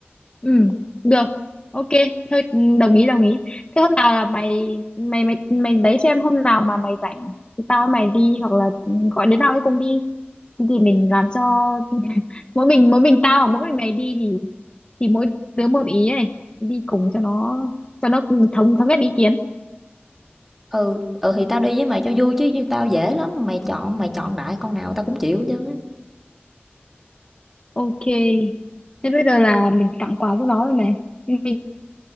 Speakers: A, on the left; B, in the centre.
A: ừ được ok thôi ừ, đồng ý đồng ý thế hôm nào là mày mày mày mày đấy xem hôm nào mà mày rảnh thì tao với mày đi hoặc là ừ, gọi đứa nào ấy cùng đi thì, thì mình làm cho <laughs> mỗi mình mỗi mình tao hoặc mỗi mình mày đi thì thì mỗi đứa một ý này đi cùng cho nó cho nó thống thống nhất ý kiến
B: Ừ, ừ, thì tao đi với mày cho vui chứ tao dễ lắm, mày chọn mày chọn đại con nào tao cũng chịu chứ
A: ok thế bây giờ là mình tặng quà cho nó rồi này mình